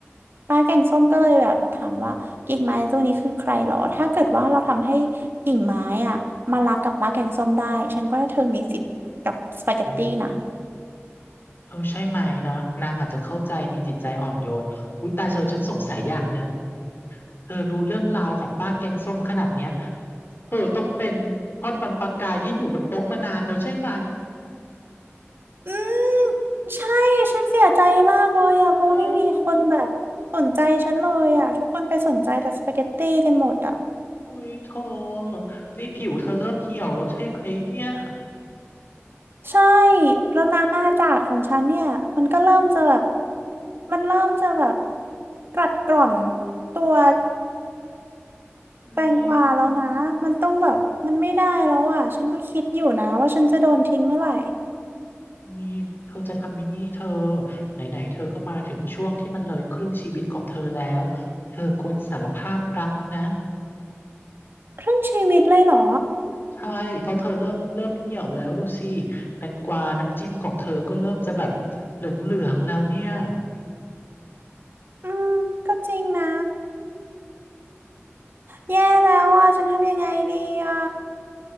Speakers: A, on the right (about 55°); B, on the left (about 50°).
A: ป้าแกงส้มก็เลยแบบถามว่ากิ่งไม้ตัวนี้คือใครหรอถ้าเกิดว่าเราทำให้กิ่งไม้อะมารักกับป้าแกงส้มได้ฉันก็ว่าเธอมีสิทธิ์กับสปาเกตตี้นะ
B: อืมเออใช่ไหมเนาะนางอาจจะเข้าใจมีจิตใจอ่อนโยนอุ้ยตายเธอฉันสงสัยอย่างหนึ่งเธอรู้เรื่องราวของป้าแกงส้มขนาดเนี้ยเธอต้องเป็นทอดมันปลากายที่อยู่บนโต๊ะมานานแล้วใช่ไหม
A: อืมใช่ฉันเสียใจมากเลยอะเพราะว่าไม่มีคนแบบสนใจฉันเลยอะทุกคนไปสนใจแต่สปาเกตตี้กันหมดอะ
B: เอออุ้ยโธ่นี่ผิวเธอเริ่มเหี่ยวแล้วใช่ไหมเนี่ย
A: ใช่แล้วน้ำอาจาดของฉันเนี่ยมันก็เริ่มจะแบบมันเริ่มจะแบบกัดกร่อนตัว
B: เอ้ย
A: แตงกวาแล้วนะมันต้องแบบมันไม่ได้แล้วอะฉันก็คิดอยู่นะว่าฉันจะโดนทิ้งเมื่อไหร่
B: มีเธอจะทำไหมินี่เธอไหนๆเธอก็มาถึงช่วงที่มันเลยครึ่งชีวิตของเธอแล้วเธอควรสารภาพรักนะ
A: ครึ่งชีวิตเลยเหรอ
B: ใช่เพราะเธอเริ่มเริ่มเหี่ยวแล้วดูสิแตงกวาน้ำจิ้มของเธอก็เริ่มจะแบบเหลืองๆแล้วเนี่ย
A: อืมก็จริงนะแย่แล้วอะฉันทำยังไงดีอะ